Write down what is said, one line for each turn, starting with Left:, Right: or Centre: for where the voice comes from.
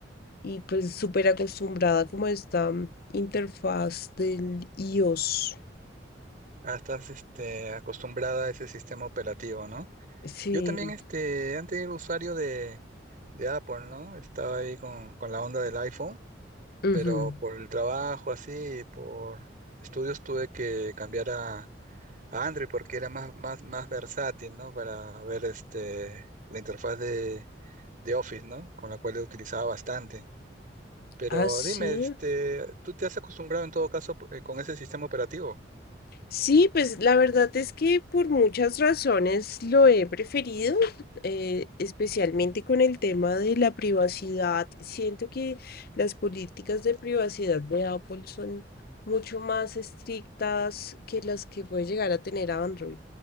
Left: y pues súper acostumbrada como a esta mm, interfaz del iOS.
Right: Ah, estás este, acostumbrada a ese sistema operativo, ¿no?
Left: Sí.
Right: Yo también este, antes era usuario de, de Apple, ¿no? Estaba ahí con, con la onda del iPhone,
Left: Ujú.
Right: pero por el trabajo así, y por estudios tuve que cambiar a Android porque era más, más, más versátil, ¿no? Para ver este, la interfaz de, de Office, ¿no? Con la cual lo utilizaba bastante. Pero
Left: Ah, sí.
Right: dime, este, ¿tú te has acostumbrado en todo caso eh, con ese sistema operativo?
Left: Sí, pues la verdad es que por muchas razones lo he preferido, eh, especialmente con el tema de la privacidad. Siento que las políticas de privacidad de Apple son mucho más estrictas que las que puede llegar a tener Android.